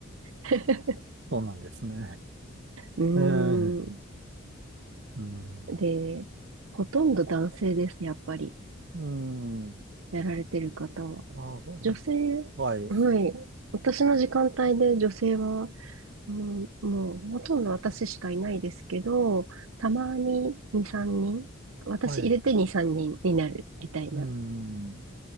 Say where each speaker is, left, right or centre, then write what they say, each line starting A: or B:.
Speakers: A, on the right (about 85°); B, on the right (about 60°).
A: <laughs>
B: そうなんですね。
A: うーん。
B: ええうん。
A: で、ほとんど男性です、やっぱり。
B: うん。
A: やられてる方は。
B: ああ、そう、
A: 女性、
B: はい。
A: はい。私の時間帯で女性は、うん、もうほとんど私しかいないですけど、たまに2、3人、私入れて2、
B: はい。
A: 3人にんになるみたいな。
B: うん。